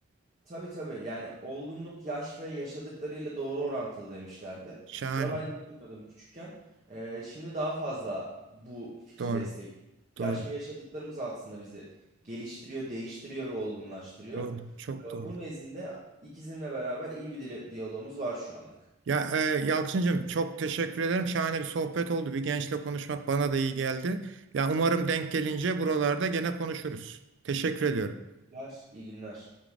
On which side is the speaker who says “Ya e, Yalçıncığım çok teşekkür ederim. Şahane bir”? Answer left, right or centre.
Right